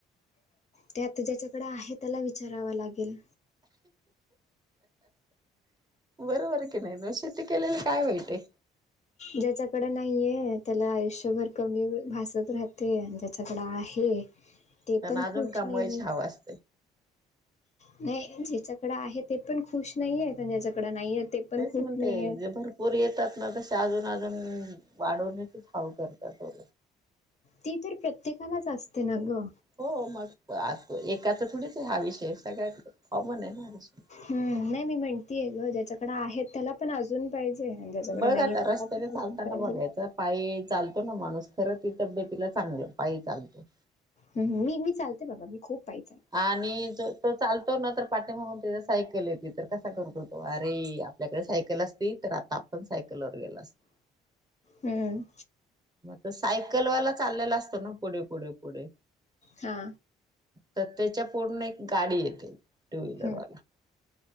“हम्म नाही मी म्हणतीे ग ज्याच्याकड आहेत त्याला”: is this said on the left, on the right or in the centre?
Left